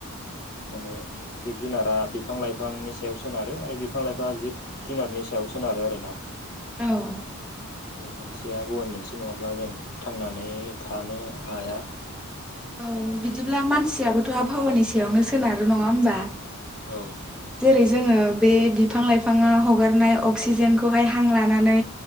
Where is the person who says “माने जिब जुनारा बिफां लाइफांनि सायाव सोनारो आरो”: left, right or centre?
Left